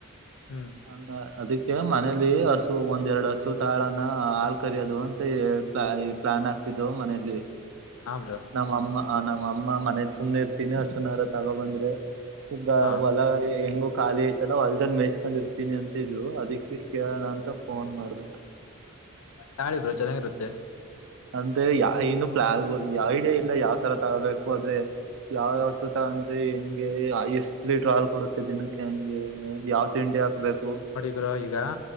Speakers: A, on the left (about 85°); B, on the right (about 60°).
A: ಹ್ಮ
B: ಅಂದಾ ಅದಕ್ಕೆ ಮನೇಲಿ ಹಸು ಒಂದೆರಡು ಹಸು ತೊಗೊಳೋಣ ಹಾಲ್ ಕರಿಯೋದು ಅಂತ ಹೇ. ಲಾ ಈ ಪ್ರ್ಲಾನ್ ಆಗ್ತಿದ್ವೋ ಮನೇಲಿ.
A: ಹ್ಮಾ ಬ್ರೋ
B: ನಮ್ಮಮ್ಮ ನಮ್ಮ ಅಮ್ಮ ಮನೇಲಿ ಸುಮ್ಮನೆ ಇರ್ತೀನೋ ಹಸುನಾರು ತಗೊ ಬಂದ್ರೆ ಉಗ್ಗ
A: ಹಾ
B: ಹೊಲ ಏಂಗೂ ಖಾಲಿ ಐತಿ. ಎಲೊ ಹೊಲ್ದಲ್ಲಿ ಮೇಯಸ್ಕೊಂಡ್ ಇರ್ತೀನಿ ಅಂತೀದ್ರು ಅದಿಕ್ಕೆ ಕೇಳೋಣ ಅಂತ ಫೋನ್ ಮಾಡ್ದೆ.
A: ತಗಳಿ ಬ್ರೋ ಚೆನ್ನಾಗಿರುತ್ತೆ
B: ಅಂದ್ರೆ ಆ ಏನು ಪ್ಲಾಗೂ ಐಡಿಯಾ ಇಲ್ಲ ಯಾವ್ ತರ ತಗೋಬೇಕು ಅಂದ್ರೆ. ಯಾವ ಯಾವ ಹಸು ತಗೊಂಡ್ರೆ ಎಂಗೆ ಆ ಎಷ್ಟ ಲಿಟ್ರು ಹಾಲ್ ಕೊಡುತ್ತ ತ ದಿನಕ್ಕೆ ಅಂಗೆ ಎ ಏನ್ ಯಾವ್ ತಿಂಡಿ ಹಾಕ್ಬೇಕು.
A: ಗ್ರಹ ಈಗ